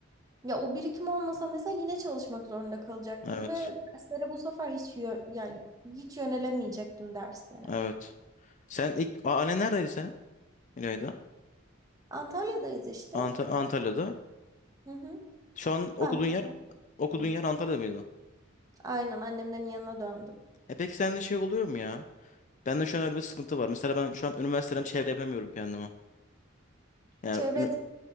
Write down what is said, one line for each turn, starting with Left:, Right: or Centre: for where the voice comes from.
Right: ya o birikim olmasa mesela yine çalışmak zorunda kalacaktım
Left: Evet.
Right: ve derslere bu sefer hiç yö- yani hiç yönelemeyecektim derslere.
Left: Evet. Sen ilk A- annen neredeydi sen? İlayda.
Right: Antalya'dayız işte.
Left: Anta- Antalya'da.
Right: Hı hı.
Left: Şu an okuduğun
Right: Ben de
Left: yer okuduğun
Right: döndüm.
Left: yer Antalya'da mıydı?
Right: Aynen annemlerin yanına döndüm.
Left: E peki sende şey oluyor mu ya? Bende şu an öyle bir sıkıntı var. Mesela ben şu an üniversiteden çevre yapamıyorum kendime. Yani
Right: Çevrede
Left: ünü-